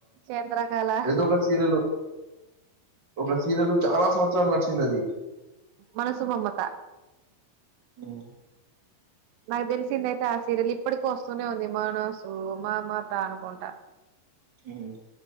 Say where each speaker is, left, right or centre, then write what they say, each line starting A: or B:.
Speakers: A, on the right; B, on the right.
A: చంద్రకళ
B: ఏదో ఒకటి సీరియల్ ఒక సీరియల్ చాలా సంవత్సరాలు నడిచింది అది
A: మనసు మమత
B: ఉమ్
A: నాకు తెలిసింద అయితే ఆ సీరియల్ ఇప్పటికి వస్తూనే ఉంది మానసు మమత అనుకుంటా
B: ఉమ్